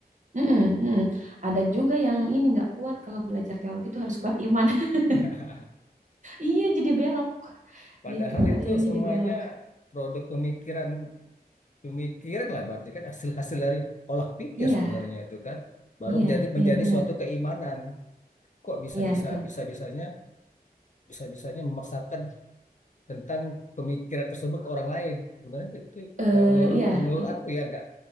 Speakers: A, on the right; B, on the left.
A: Mm-mm,
B: Bu-
A: mm-mm. Ada juga yang ini nggak kuat kalau belajar teologi itu harus kuat iman. <laughs>
B: <laughs>
A: Iya, jadi belok
B: Padahal
A: gitu.
B: itu
A: Ada yang
B: semuanya
A: jadi belok.
B: produk pemikiran pemikiran lah berarti kan hasil-hasil dari olah pikir
A: Iya,
B: sebenarnya itu kan baru
A: iya,
B: menjadi menjadi
A: iya benar.
B: suatu keimanan kok bisa
A: Iya
B: bisa
A: betul.
B: bisa bisanya bisa bisanya memaksakan tentang pemikiran tersebut ke orang lain sebenarnya itu
A: Eh,
B: kalau menurut
A: iya,
B: menurut
A: i-
B: aku ya nggak